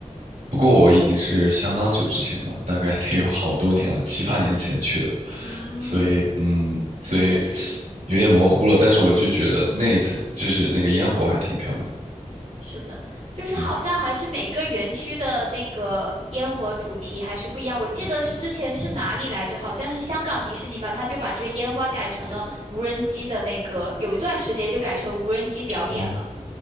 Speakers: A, on the right; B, on the right.
A: 不过我已经是相当久之前了，大概得有好多年了，七八年前去的，
B: 嗯，
A: 所以，嗯，所以。
B: 确实。
A: 有点模糊了，但是我就觉得那一次就是那个烟火还挺漂亮。
B: 是的，就是好像还是每个园区的那个烟火主题还是不一样。
A: 嗯，
B: 我记得是之前是哪里来着？好像是香港迪士尼吧，他就把这个烟花改成了无人机的那个，有一段时间就改成无人机表演了。
A: 哦